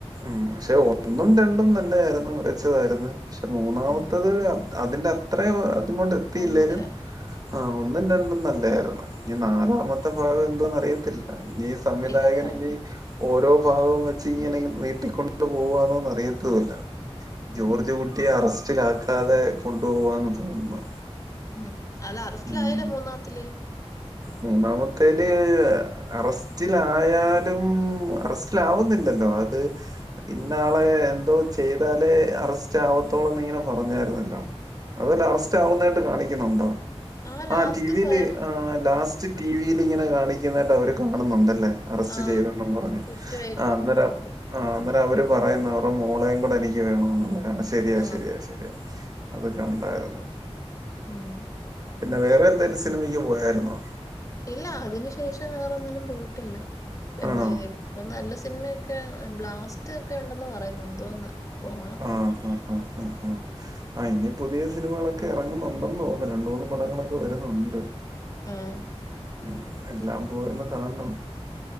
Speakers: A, on the right (about 35°); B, on the left (about 30°).
A: ഉം പക്ഷെ ഒന്നും രണ്ടും നല്ലതായിരുന്നു മികച്ചതായിരുന്നു പക്ഷെ മൂന്നാമത്തത്
B: ഉം
A: അതിന്റെ അത്ര അതു കൊണ്ട് എത്തിയില്ലേലും
B: വന്നില്ല
A: ആഹ് ഒന്നും രണ്ടും നല്ലതായിരുന്നു ഇനി നാലാമത്തെ
B: ഉം
A: ഭാഗം എന്തോന്ന അറിയത്തില്ല ഇനി സംവിധായകൻ
B: ഇല്ലതോ
A: ഇനി ഓരോ ഭാഗവും വെച്ച് ഇങ്ങനെ നീട്ടിക്കൊണ്ട് പോവാണോന്ന് അറിയത്തുല്ല
B: ഉം
A: ജോർജ് കുട്ടിയെ അറസ്റ്റിലാക്കാതെ കൊണ്ടുപോവാന്ന് തോന്നുന്നു
B: ഉം അല അറസ്റ്റിലായല്ലോ
A: ഉം.
B: മൂന്നാത്തില്
A: മൂന്നാമത്തേല് അറസ്റ്റിലായാലും അറസ്റ്റിലാവുന്നില്ലല്ലോ അത് ഇന്നാളെ എന്തോ ചെയ്താലേ അറസ്റ്റ് ആവത്തോളൂന്ന് ഇങ്ങനെ പറഞ്ഞായിരുന്നല്ലോ അതെല്ല അറസ്റ്റ് ആവുന്നതായിട്ട് കാണിക്കുന്നുണ്ടോ
B: ആ ലാസ്റ്റ്
A: ആഹ് ടിവിൽ
B: സ്വയം
A: ലാസ്റ്റ് ടിവിൽ ഇങ്ങനെ കാണിക്കുന്നതായിട്ട് അവര് കാണുന്നുണ്ടല്ലേ അറസ്റ്റ്
B: ആ
A: ചെയ്തെന്നും പറഞ്ഞ്
B: കുറ്റം ഏക്കുന്നവരുണ്ട്
A: ആഹ് അന്നേരം ആഹ് അന്നേരെ അവര് പറയുന്ന അവരെ മോളയും കൂടെ എനിക്ക് വേണ എന്നുള്ള ആഹ് ശരിയാ
B: ആ
A: ശരിയാ ശരിയാ അതൊക്കെ ഉണ്ടായിരുന്നു
B: ഉം
A: പിന്നെ വേറെ എന്തേലും സിനിമയ്ക്ക് പോയായിരുന്നോ
B: ഇല്ല അതിനു ശേഷം വേറൊന്നിനും പോയിട്ടില്ല എന്ത്
A: ആണോ
B: ഇപ്പൊ നല്ല സിനിമയൊക്കെ ബ്ലാസ്റ്റ് ഒക്കെ ഉണ്ടെന്ന് പറയുന്നത് എന്തവാന്ന്
A: ആഹ് ഹാ ഹാ ഹാ ഹാ ആഹ് ഇനി പുതിയ സിനിമകളൊക്കെ ഇറങ്ങുന്നുണ്ടെന്ന് തോന്നുന്നു രണ്ട് മൂന്ന് പടങ്ങളൊക്കെ വരുന്നുണ്ട്
B: ആഹ്
A: ഉം എല്ലാം പോയൊന്ന് കാണണം